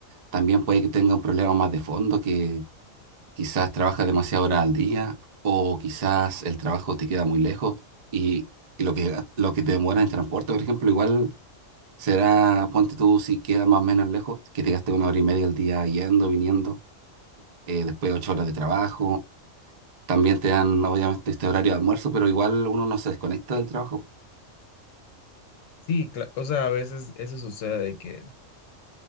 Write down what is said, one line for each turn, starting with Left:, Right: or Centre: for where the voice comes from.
Right: también puede que tenga un problema más de fondo que quizás trabajas demasiadas horas al día o quizás el trabajo te queda muy lejos y, y lo que, lo que te demora en transporte, por ejemplo, igual será, ponte tú si queda más o menos lejos, que te gastes una hora y media al día yendo, viniendo, eh, después ocho horas de trabajo. También te dan, obviamente, este horario de almuerzo, pero igual uno no se desconecta del trabajo.
Left: Sí, cla- o sea, a veces eso sucede que,